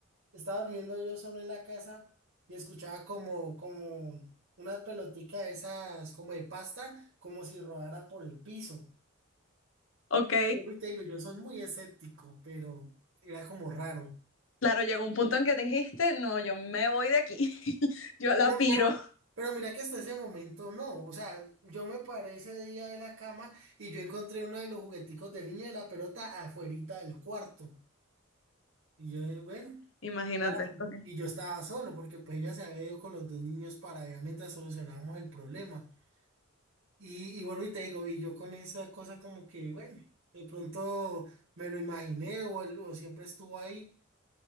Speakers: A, on the right; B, on the left.
A: estaba durmiendo yo solo en la casa y escuchaba como, como una pelotica de esas, como de pasta, como si rodara por el piso.
B: Ok,
A: Y te digo, yo soy muy escéptico, pero era como raro.
B: claro, llegó un punto en que dijiste, no, yo me voy de aquí. <laughs> Yo la
A: Pero,
B: piro.
A: pero, pero mira que hasta ese momento no. O sea, yo me paré ese día de la cama y yo encontré uno de los jugueticos de niña de la pelota afuerita del cuarto. Y yo, eh, bueno,
B: Imagínate.
A: claro,
B: Ok,
A: y yo estaba solo porque pues ella se había ido con los dos niños para allá mientras solucionamos el problema. Y, y vuelvo y te digo, y yo con esa cosa como que, bueno, de pronto me lo imaginé o, el- o siempre estuvo ahí.